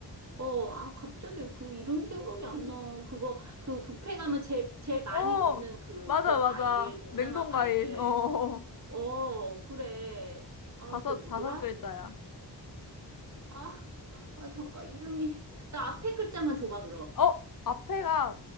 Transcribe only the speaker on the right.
어, 아, 갑자기 그 이름이 생각이 안 나. 그거, 그 뷔페 가면 제일, 제일 많이
놓는 그,
그 과일,
동남아
과일.
어, 그래. 아,
그게 뭐더라?
아, 아, 잠깐, 이름이. 나 앞에 글자만 줘봐, 그럼.